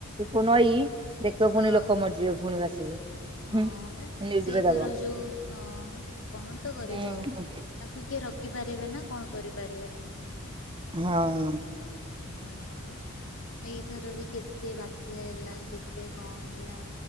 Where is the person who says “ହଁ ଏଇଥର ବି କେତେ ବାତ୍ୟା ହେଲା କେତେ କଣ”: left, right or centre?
Left